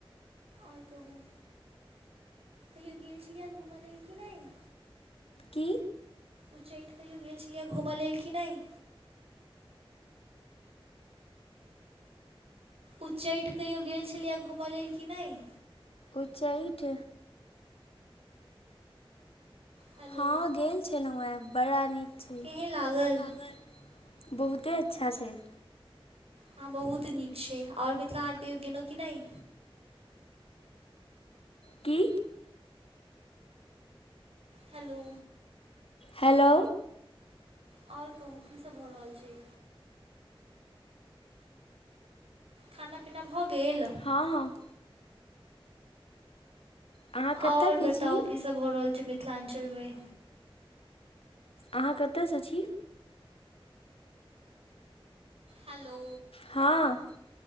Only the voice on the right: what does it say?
आओर कहू कहियो गेल छी या घूमय लेल कि नहि?
उच्चैठ कहियो गेल छलियै घूमय लेल कि नहि? उच्चैठ कहियो गेल छलियै घूमऽ लेल कि नहि?
हेलो
केहन
लागल
हँ बहुत नीक छै, आओर मिथिला हाट कहियो गेलहुँ कि नहि?
हेलो।
आओर कहू की सभ भऽ रहल छै। खाना पीना भऽ गेल।
आओर बताउ
कीसभ भ रहल छै मिथिलाञ्चलमे।
हेलो।